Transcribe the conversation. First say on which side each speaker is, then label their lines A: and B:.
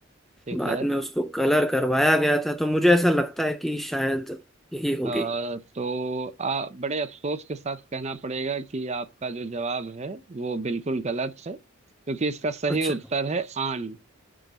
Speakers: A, on the right; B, in the centre.
A: ठीक
B: बाद
A: है
B: में उसको कलर करवाया गया था तो मुझे ऐसा लगता है कि शायद यही होगी
A: आ, तो आ, बड़े अफसोस के साथ कहना पड़ेगा कि आपका जो जवाब है वो बिल्कुल गलत है क्योंकि इसका सही
B: अच्छा
A: उत्तर है आन